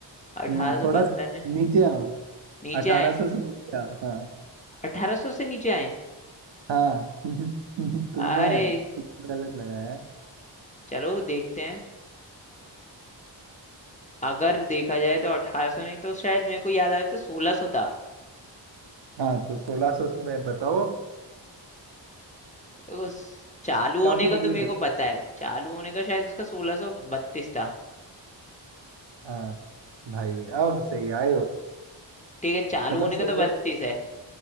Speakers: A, on the left (about 15°); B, on the right (about 70°).
A: 1872
B: हम्म थोड़ा
A: में
B: नीचे आओ
A: नीचे
B: अठारह
A: आए
B: सौ से नीचे आओ हाँ
A: अठारह सौ से नीचे आए
B: हाँ <laughs> तुमने
A: अरे
B: तुक्का गलत लगाया है
A: चलो देखते हैं अगर देखा जाए तो अठारह सौ नहीं तो शायद मेरे को याद आ रहा है तो सोलह सौ था
B: हाँ तो सोलह सौ में बताओ अब।
A: देखो स- चालू
B: काफी
A: होने का
B: करीब
A: तो मेरे
B: हो
A: को पता है चालू होने का शायद उसका सोलह सौ बत्तीस था
B: हाँ भाई अब सही आए हो
A: ठीक है चालू
B: मतलब
A: होने का
B: सही
A: तो
B: है
A: बत्तीस है